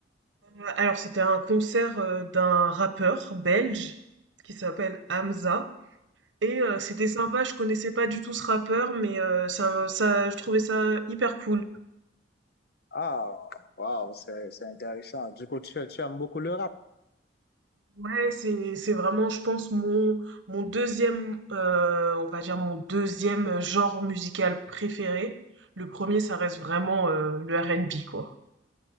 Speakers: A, on the right; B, on the left.
A: Euh, Alors, c'était un concert euh, d'un rappeur belge qui s'appelle Hamza. Et euh, c'était sympa, je connaissais pas du tout ce rappeur, mais euh, ça, me- ça, je trouvais ça hyper cool.
B: Ah, waouh, c'est, c'est intéressant. Du coup, tu, tu aimes beaucoup le rap,
A: Ouais, c'est, c'est vraiment, je pense, mon, mon deuxième, euh, on va dire mon deuxième genre musical préféré. Le premier, ça reste vraiment euh, le R&B, quoi.